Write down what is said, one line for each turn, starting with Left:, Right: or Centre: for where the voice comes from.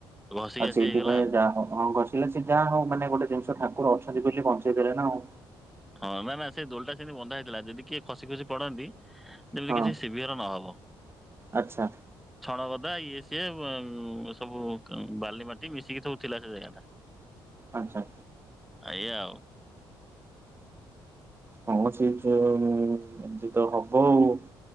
Centre: ଘଷି ଘାସି
Right: ଆଉ ସେଇଥିପାଇଁ
Centre: ହେଇଗଲା ଆଉ।
Right: ଯାହା ହଁ ହଁ କର ହେଲେ ସେ ଯାହା ହଉ ମାନେ ଗୋଟେ ଜିନିଷ ଠାକୁର ଅଛନ୍ତି ବୋଲି ବଞ୍ଚେଇ ଦେଲେ ନା ଆଉ।
Centre: ହଁ ନା ନା ସେ ଦୋଳିଟା ସେଠି ବନ୍ଧାହେଇଥିଲା ଯଦି କିଏ ଖସି ଖସି ପଡନ୍ତି ଯେମିତି
Right: ହଁ
Centre: କିଛି ଶିବିୟର ନହବ।
Right: ଆଚ୍ଛା
Centre: ଛଣଗଦା ଇଏ ସିଏ ଉ ସବୁ ବାଲି ମାଟି ମିଶିକି ସବୁ ଥିଲା ସେ ଜାଗା ଟା।
Right: ଆଚ୍ଛା।
Centre: ଏଇଆ ଆଉ।
Right: କୌଣସି ଏମତି ତ ହବ ଆଉ